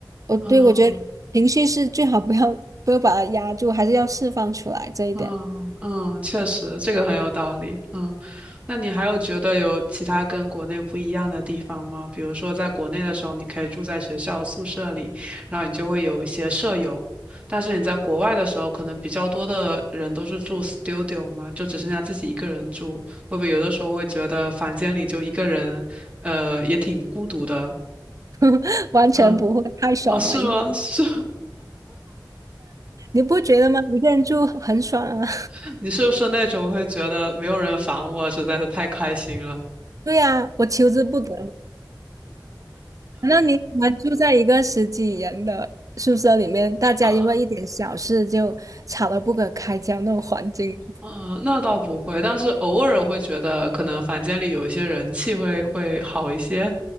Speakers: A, on the right (about 45°); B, on the right (about 15°).
A: 我对我觉得情绪是最好不要不要把它压住，
B: 嗯。
A: 还是要释放出来这一点，
B: 嗯嗯，确实，这个很有道理。嗯，那你还有觉得有其他跟国内不一样的地方吗？比如说，在国内的时候，你可以住在学校宿舍里，然后你就会有一些舍友，但是你在国外的时候，可能比较多的人都是住 studio 嘛，就只剩下自己一个人住，会不会有的时候会觉得房间里就一个人，呃，也挺孤独的？
A: <laughs> 完全不会太爽了。
B: 嗯，哦，是吗？
A: 一个人
B: 是，
A: 你不觉得吗？一个人住很爽啊。
B: <laughs> 你是不是那种会觉得没有人烦我，实在是太开心了？
A: <laughs> 对呀，我求之不得。那你们住在一个十几人的宿舍里面，大家因为一点小事就吵得不可开交那种环境，
B: 啊？嗯，那倒不会，但是偶尔会觉得可能房间里有一些人气会会好一些。